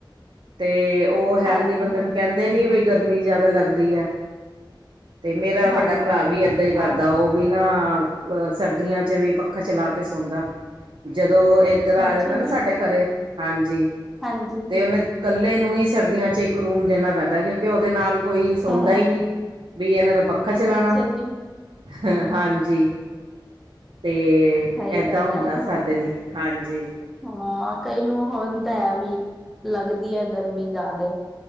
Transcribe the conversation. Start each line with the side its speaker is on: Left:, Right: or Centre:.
Right: ਤੇ ਓ ਹੈਲਦੀ
Centre: ਹਾਂਜੀ
Right: ਬੰਦੇ
Centre: ਹਾਂਜੀ
Right: ਨੂੰ ਕੈਂਦੇ ਨੀ ਬਈ ਗਰਮੀ ਜਾਦਾ ਲੱਗਦੀ ਐ। ਤੇ ਮੇਰਾ ਵੱਡਾ
Centre: ਹਾਂਜੀ ਹਾਂਜੀ
Right: ਪਰਾ ਵੀ ਏਦਾਂ ਕਰਦਾ
Centre: ਹਾਂ
Right: ਓ ਵਿ ਨਾਂ ਸਰਦੀਆਂ ਚ ਵੀ ਪੱਖਾ ਚਲਾ ਕੇ ਸੌਂਦਾ ਜਦੋਂ ਏ ਇੱਧਰ ਆ
Centre: ਅੱਛਾ
Right: ਜਾਂਦਾ
Centre: ਜੀ
Right: ਨਾ ਸਾਡੇ ਘਰੇ ਹਾਂਜੀ
Centre: ਹਾਂਜੀ
Right: ਤੇ ਕੱਲੇ ਨੂੰ ਈ ਸਰਦੀਆਂ ਚ ਇੱਕ ਰੂਮ ਦੇਣਾ ਪੈਂਦਾ ਕਿਉਂਕਿ ਓਦੇ ਨਾਲ ਕੋਈ ਸੌਦਾ
Centre: ਹਾਂ ਹਾਂ
Right: ਨੀ ਬਈ ਐਨਾਂ ਦਾ ਪੱਖਾ ਚਲਾਣਾ
Centre: ਅੱਛਾ ਜੀ
Right: ਹ ਹਾਂਜੀ। ਤੇ
Centre: ਸਹੀ
Right: ਏਦਾਂ
Centre: ਗੱਲ
Right: ਹੁੰਦਾ
Centre: ਹੈ
Right: ਸਾਡੇ ਵੀ ਹਾਂਜੀ।
Centre: ਹਾਂ ਕਈ ਨੂੰ ਹੁੰਦਾ ਐ ਵੀ ਲੱਗਦੀ ਐ ਗਰਮੀ ਜ਼ਿਆਦੇ।